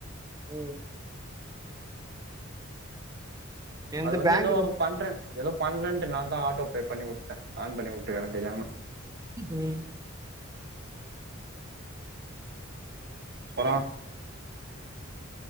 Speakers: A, on the right; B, on the right.
A: உம் எந்து
B: அது வந்து
A: பேங்க்ல
B: எதோ பண்ரென்ட் எதோ பண்ரென்ட்டு நாந்தா ஆட் டோ பே பண்ணி உட்டே ஆன் பண்ணி உட்டுக்குற தெரியாம
A: ம்
B: ப்பறோ